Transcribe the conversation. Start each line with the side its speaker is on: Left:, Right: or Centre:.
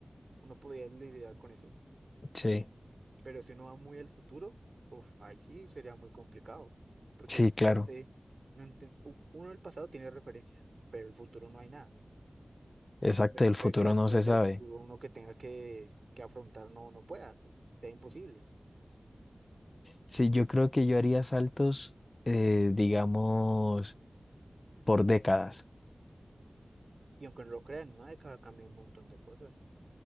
Right: uno podría lidiar con eso.
Left: Sí,
Right: Pero si uno va muy al futuro, uf, ahí sí sería muy complicado. Porque
Left: sí, claro,
Right: ya usted no entiende. Uno del pasado tiene referencias, pero el futuro no hay nada.
Left: exacto, el
Right: Puede
Left: futuro
Right: que las
Left: no
Right: cosas
Left: se sabe.
Right: del futuro uno que tenga que, que afrontar no, no pueda, ¿sí? sea imposible.
Left: Sí, yo creo que yo haría saltos, eh, digamos, por décadas.
Right: Y aunque no lo crean, una década cambia un montón de cosas.